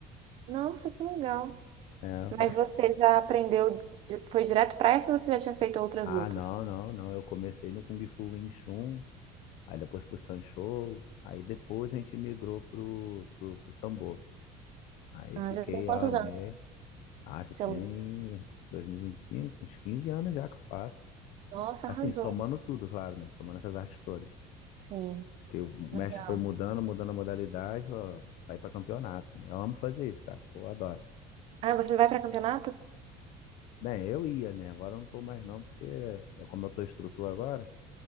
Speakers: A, on the right; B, on the left.
A: Nossa, que legal.
B: É, eu
A: Mas
B: gosto.
A: você já aprendeu, di- foi direto pra essa ou você já tinha feito outras
B: Ah,
A: lutas?
B: não, não, não. Eu comecei no Kung Fu Wing Chun, aí depois pro Sanshou, aí depois a gente migrou pro, pro, pro Sambo. Aí
A: Ah,
B: eu fiquei,
A: já tem quantos
B: amei.
A: anos?
B: Ah, já
A: que Você
B: tem
A: luta?
B: 2025, uns 15 anos já que eu faço.
A: Nossa,
B: Assim,
A: arrasou.
B: somando tudo, claro, né? Somando essas artes todas.
A: Sim,
B: Porque o
A: legal.
B: mestre foi mudando, mudando a modalidade, ó, vai para campeonato, né? Eu amo fazer isso, cara. Pô, eu adoro.
A: Ah, você vai pra campeonato?
B: Bem, eu ia, né? Agora eu não tô mais não, porque eu, como eu tô instrutor agora,